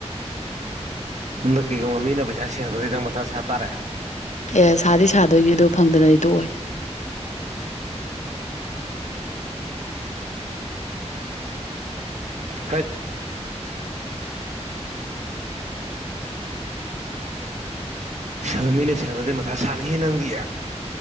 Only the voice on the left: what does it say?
ꯌꯦꯁ ꯁꯥꯗꯤ ꯁꯥꯗꯣꯏꯅꯦ ꯑꯗꯨ ꯐꯪꯗꯅꯗꯤ ꯇꯣꯛꯑꯣꯏ꯫